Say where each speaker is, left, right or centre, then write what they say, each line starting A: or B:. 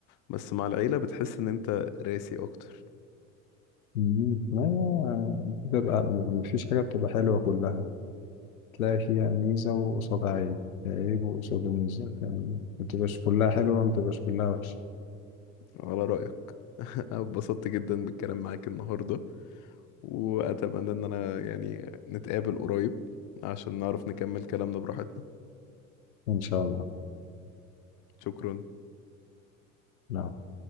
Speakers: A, on the left (about 45°); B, on the left (about 85°).
A: بس مع العيلة بتحس ان انت راسي اكتر
B: مم. ما هي بتبقى م- مفيش حاجة بتبقى حلوة كلها تلاقي فيها ميزة وقصادها عيب عيب وقصاده ميزة يعني متبقاش كلها حلوة متبقاش كلها وحشة
A: على رأيك <laughs> انا اتبسطت جدا بالكلام معاك النهاردة واتمنى ان انا يعني نتقابل قريب عشان نعرف نكمل كلامنا براحتنا
B: إن شاء الله
A: شكرا
B: نعم.